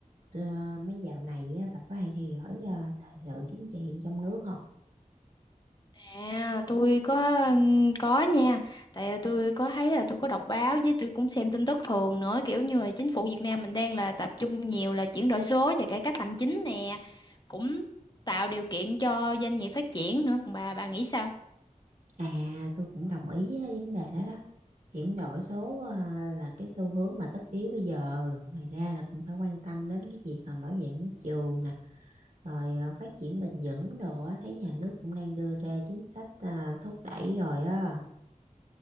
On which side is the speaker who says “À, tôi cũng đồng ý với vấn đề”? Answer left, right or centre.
Right